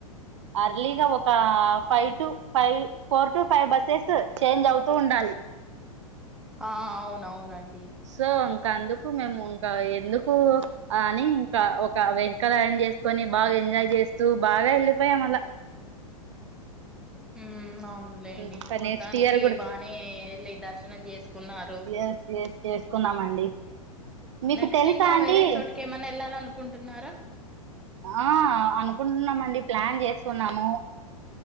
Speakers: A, on the right; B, in the centre.
A: అర్లీగా ఒక five to five four to five buses change అవుతూ ఉండాలి
B: ఆ అవునవునండి
A: సో ఇంకా అందుకు మేము ఇంకా ఎందుకు అని ఇంకా ఒక వెహికల్ అర్రంజ్ చేసుకొని బాగా ఎంజాయ్ చేస్తూ బాగా వెళ్ళిపో పోయామల
B: అ ఉం అవునులేండి
A: ఇంకా
B: మొత్తానికి
A: నెక్స్ట్ ఇయర్ కూడా
B: బానే వెళ్ళి దర్శనం చేసుకున్నారు
A: ఎస్ ఎస్ చేసుకున్నామండి మీకు
B: నెక్స్ట్
A: తెలుసా
B: ఇంకా
A: అండి
B: వేరే చోటుకి ఏమన్నా వెళ్ళాల అనుకుంటున్నారా
A: ఆ అనుకుంటున్నామండి ప్లాన్ చేస్తున్నాము